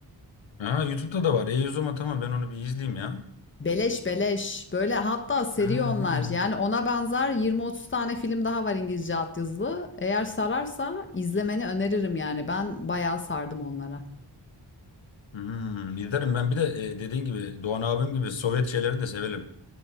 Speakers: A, on the left; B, on the left.
A: Ha YouTube'da da var. E o zaman tamam ben onu bir izleyeyim ya.
B: Beleş beleş. Böyle hatta seri
A: Ha,
B: onlar.
A: ha.
B: Yani ona benzer 20-30 tane film daha var İngilizce altyazılı. Eğer sararsa izlemeni öneririm yani. Ben bayağı sardım onlara.
A: Hmm. İzlerim ben bir de e, dediğin gibi Doğan abim gibi Sovyet şeyleri de severim.